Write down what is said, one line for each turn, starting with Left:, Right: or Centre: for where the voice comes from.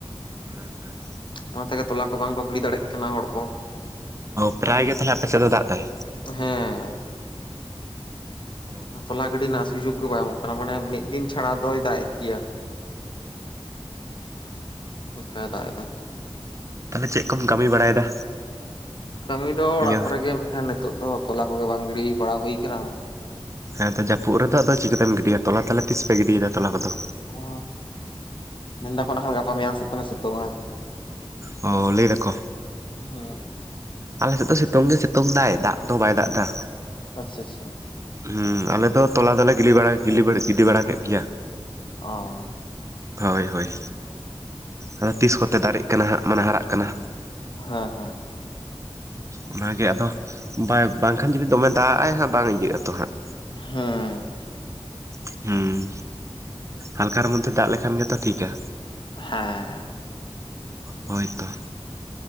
Right: ᱦᱳᱭ ᱦᱳᱭ
Left: ᱚᱱᱟ ᱛᱮᱜᱮ ᱛᱚᱞᱟ ᱠᱚ ᱵᱟᱝᱠᱚ ᱜᱤᱰᱤ ᱫᱟᱲᱭᱟᱜ ᱠᱟᱱᱟ ᱦᱚᱲ ᱠᱚ
Right: ᱚ ᱯᱨᱟᱭ ᱜᱮ ᱛᱟᱞᱦᱮ ᱟᱯᱮᱥᱮᱫ ᱫᱚ ᱫᱟᱜ ᱫᱟᱭ?
Left: ᱦᱮᱸ
Right: ᱦᱚ
Left: ᱛᱚᱞᱟ ᱜᱤᱰᱤ ᱨᱮᱱᱟᱜ ᱥᱩᱡᱳᱜᱽ ᱜᱮ ᱵᱟᱭ ᱮᱢᱚᱜ ᱠᱟᱱᱟ ᱢᱟᱱᱮ ᱢᱤᱫ ᱫᱤᱱ ᱪᱷᱟᱲᱟ ᱫᱚᱭ ᱫᱟᱜ ᱮᱫ ᱜᱮᱭᱟ ᱦᱮᱸ ᱫᱟᱜ ᱮᱫᱟ
Right: ᱛᱟᱞᱦᱮ ᱪᱮᱫ ᱠᱚᱢ ᱠᱟᱹᱢᱤ ᱵᱟᱲᱟᱭᱮᱫᱟ?
Left: ᱠᱟᱹᱢᱤ ᱫᱚ
Right: ᱱᱤᱭᱟᱹ
Left: ᱚᱲᱟᱜ ᱠᱚᱨᱮ ᱜᱮ ᱟᱠᱷᱟᱱ ᱱᱤᱛᱚᱜ ᱫᱚ ᱛᱚᱞᱟ ᱠᱚᱜᱮ ᱵᱟᱝ ᱜᱤᱰᱤ ᱵᱟᱲᱟ ᱦᱩᱭ ᱟᱠᱟᱱᱟ
Right: ᱦᱮᱸ ᱛᱚ ᱡᱟᱹᱯᱩᱫ ᱨᱮᱫᱚ ᱟᱫᱚ ᱪᱤᱠᱟᱹᱛᱮᱢ ᱜᱤᱰᱤᱭᱟ ᱛᱚᱞᱟ ᱛᱟᱞᱦᱮ ᱛᱤᱥ ᱯᱮ ᱜᱤᱰᱤᱫᱟ ᱛᱚᱞᱟ ᱠᱚᱫᱚ?
Left: ᱚᱻ ᱢᱮᱱᱫᱟᱠᱚ ᱟᱠᱷᱟᱱ ᱜᱟᱯᱟ ᱢᱮᱭᱟᱝ ᱥᱮᱫ ᱠᱷᱚᱱ ᱥᱤᱛᱩᱝ ᱟᱭ
Right: ᱚ ᱞᱟᱹᱭ ᱫᱟᱠᱚ
Left: ᱦᱮᱸ
Right: ᱟᱞᱮᱥᱮᱫ ᱫᱚ ᱥᱤᱛᱩᱝ ᱜᱮᱭ ᱥᱤᱛᱩᱝ ᱮ ᱫᱟᱭ ᱫᱟᱜ ᱫᱚ ᱵᱟᱭ ᱫᱟᱜ ᱮᱫᱟ
Left: ᱟᱪᱷᱟ ᱟᱪᱷᱟ
Right: ᱦᱩᱸ ᱟᱞᱮ ᱫᱚ ᱛᱚᱞᱟ ᱫᱚᱞᱮ ᱜᱤᱰᱤ ᱵᱟᱲᱟ ᱜᱤᱰᱤ ᱵᱟᱲᱟ ᱠᱮᱫ ᱜᱮᱭᱟ
Left: ᱚᱻ
Right: ᱦᱳᱭ ᱦᱳᱭ ᱟᱫᱚ ᱛᱤᱥ ᱠᱚᱛᱮ ᱫᱟᱨᱮᱜ ᱠᱟᱱᱟ ᱦᱟᱸᱜ ᱢᱟᱱᱮ ᱦᱟᱨᱟᱜ ᱠᱟᱱᱟ
Left: ᱦᱮᱸ ᱦᱮᱸ
Right: ᱚᱱᱟᱜᱮ ᱟᱫᱚ ᱵᱟᱭ ᱵᱟᱝᱠᱷᱟᱱ ᱡᱩᱫᱤ ᱫᱚᱢᱮ ᱫᱟᱜ ᱟᱭ ᱦᱟᱸᱜ ᱵᱟᱝ ᱤᱭᱟᱹᱜ ᱟᱛᱚ ᱦᱟᱸᱜ
Left: ᱦᱩᱸ
Right: ᱦᱮᱴᱩᱸ ᱦᱟᱞᱠᱟᱨ ᱢᱚᱫᱽᱫᱷᱮ ᱫᱟᱜ ᱞᱮᱠᱷᱟᱱ ᱜᱮᱛᱚ ᱴᱷᱤᱠᱟ
Left: ᱦᱮᱸ
Right: ᱦᱳᱭᱛᱚ